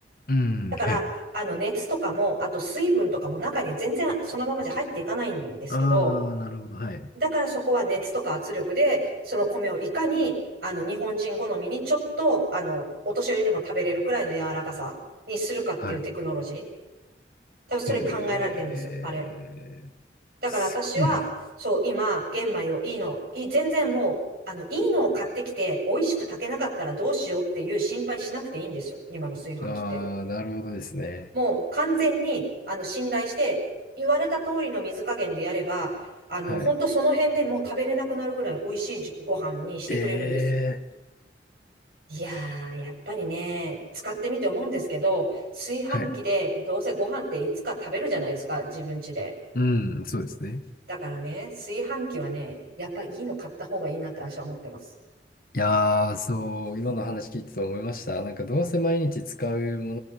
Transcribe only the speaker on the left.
うん、
はい。
ああ、なるほど。はい。
はい。
へえ、
すごいな。
ああ、なるほどですね。
はい。
ええ、
はい。
うん、そうですね。
いやー、そう、今の話聞いてて思いました。なんかどうせ毎日使うも